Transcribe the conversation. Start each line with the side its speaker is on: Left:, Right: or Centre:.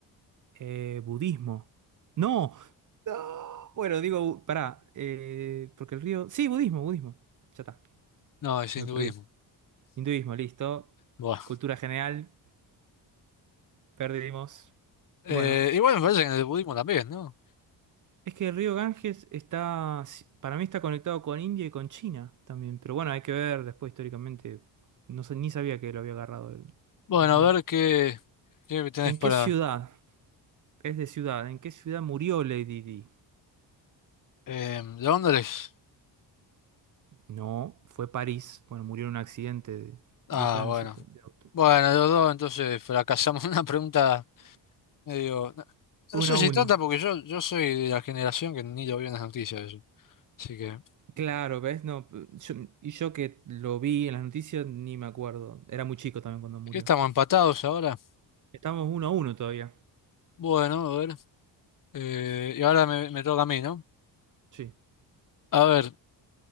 Right: Eh, budismo. No. No. Bueno, digo, bu- pará, eh, porque el río... Sí, budismo, budismo. Ya está,
Left: No, es
Right: me
Left: hinduismo.
Right: perdí. Hinduismo, listo.
Left: Bueno.
Right: Cultura general. Perdimos.
Left: Eh,
Right: Bueno,
Left: igual me parece que en el budismo también, ¿no?
Right: es que el río Ganges está, si- para mí está conectado con India y con China también, pero bueno, hay que ver después históricamente, no sé, ni sabía que lo había agarrado el,
Left: Bueno,
Right: el Islam.
Left: a ver qué, qué tenés
Right: ¿En
Left: para...
Right: qué ciudad? Es de ciudad, ¿en qué ciudad murió Lady Di?
Left: eh, ¿Londres?
Right: No, fue París, bueno, murió en un accidente de,
Left: Ah,
Right: de tránsito,
Left: bueno.
Right: de auto.
Left: Bueno, los dos entonces fracasamos <laughs> una pregunta medio... No, no
Right: Uno
Left: sé
Right: a
Left: si
Right: uno.
Left: tonta porque yo, yo soy de la generación que ni lo vio en las noticias eso. Así que...
Right: Claro, ¿ves? No, yo- y yo que lo vi en las noticias ni me acuerdo, era muy chico también cuando murió.
Left: ¿Qué estamos empatados ahora?
Right: Estamos uno a uno todavía.
Left: Bueno, a ver. eh, y ahora me, me toca a mí, ¿no?
Right: Sí.
Left: A ver.